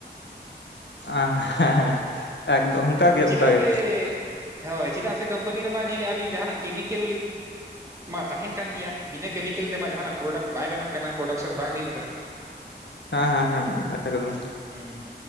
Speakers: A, on the left (about 85°); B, on the right (about 15°).
A: ᱮᱸ ᱮᱠᱫᱚᱢ᱾ ᱚᱱᱠᱟᱜᱮ
B: ᱪᱮᱫᱟᱜ
A: ᱚᱱᱠᱟᱜᱮ
B: ᱥᱮ ᱦᱳᱭ ᱪᱮᱫᱟᱜ ᱥᱮ ᱠᱳᱢᱯᱟᱱᱤ ᱨᱮᱢᱟ ᱧᱮᱞᱮᱜᱼᱟᱵᱤᱱ ᱡᱟᱦᱟᱱᱟᱜ ᱠᱮᱢᱤᱠᱮᱞᱼᱼ ᱢᱟ ᱛᱟᱦᱮᱱ ᱠᱟᱱ ᱜᱮᱭᱟ ᱵᱤᱱᱟᱹ ᱠᱮᱢᱤᱠᱮᱞ ᱛᱮᱢᱟ ᱡᱟᱦᱟᱱᱟᱜ ᱯᱨᱚᱰᱟᱠᱴ ᱵᱟᱭ ᱵᱮᱱᱟᱜ ᱠᱟᱱᱟ ᱯᱨᱚᱰᱟᱠᱥᱚᱱ ᱵᱟᱝ ᱦᱩᱭᱩᱜ ᱠᱟᱱᱟ᱾
A: ᱦᱮᱸ ᱦᱮᱸ ᱦᱮᱸ ᱮᱠᱫᱚᱢ
B: ᱦᱮᱸ